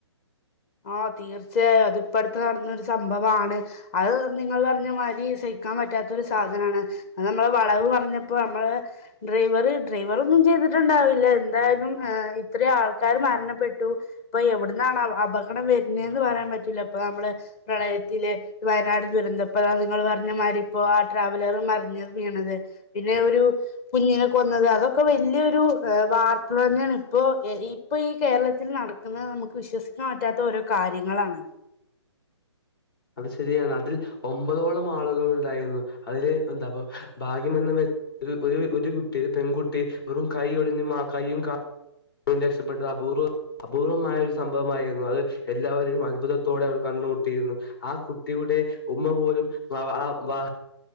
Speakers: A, on the left (about 25°); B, on the left (about 50°).
A: ആഹ് തീർച്ചയായും അത്പ്പ അട്ത്ത് നടന്ന സംഭവാണ് അത് നിങ്ങൾ പർഞ്ഞ മാതിരി സഹിക്കാൻ പറ്റാത്ത ഒരു സാധനാണ് ആഹ് നമ്മള് വളവ് പറഞ്ഞപ്പൊ നമ്മള് ഡ്രൈവർ ഡ്രൈവർ ഒന്നും ചെയ്തിട്ടുണ്ടാവില്ല എന്തായാലും ഏഹ് ഇത്രി ആൾക്കാര് മരണപ്പെട്ടു ഇപ്പൊ എവിട്ന്നാണ് അപകടം വരുന്നേന്ന് പറയാൻ പറ്റൂല ഇപ്പൊ നമ്മള് പ്രളയത്തില് വയനാട് ദുരന്തം ഇപ്പൊ അതാ നിങ്ങൾ പറഞ്ഞ മാരിപ്പൊ ആഹ് ട്രാവലർ മറിഞ്ഞ് വീണത് പിന്നെ ഒരൂ കുഞ്ഞിനെ കൊന്നത് അതൊക്കെ വല്യൊരു വാർത്ത തന്നേണ് ഇപ്പൊ ഈ ഇപ്പൊ ഈ കേരളത്തി നടക്ക്ന്നത് നമുക്ക് വിശ്വസിക്കാ പറ്റാത്ത ഓരോ കാര്യങ്ങളാണ്
B: അത് ശരിയാണ് അതിൽ ഒമ്പതോളം ആളുകൾ ഉണ്ടായിരുന്നു അതില് എന്താപ്പ ഭാഗ്യമെന്ന് ഒരു ഒര് കുട്ടി പെൺകുട്ടി വെറും കൈ ഒടിഞ്ഞ് ആഹ് കയ്യും കാ രക്ഷപ്പെട്ടു അബൂർ അപൂർവമായ ഒരു സംഭവമായിരുന്നു അത് എല്ലാവരെയും അത്ഭുതത്തോടെ അവർ കണ്ടുമുട്ടിയിരുന്നു ആഹ് കുട്ടിയുടെ ഉമ്മ പോലും വ <unintelligible>